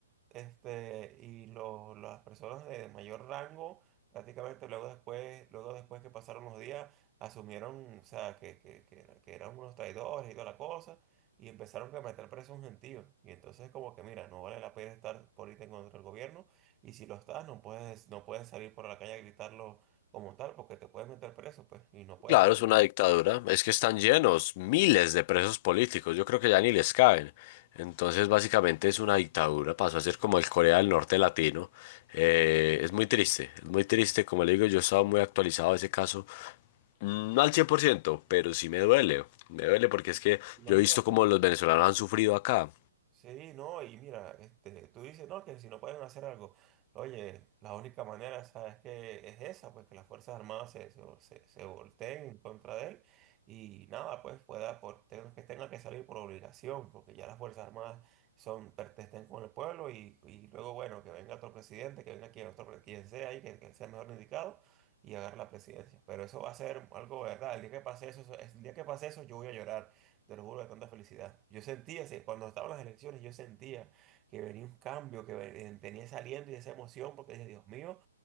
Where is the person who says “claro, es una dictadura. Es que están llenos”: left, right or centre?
Left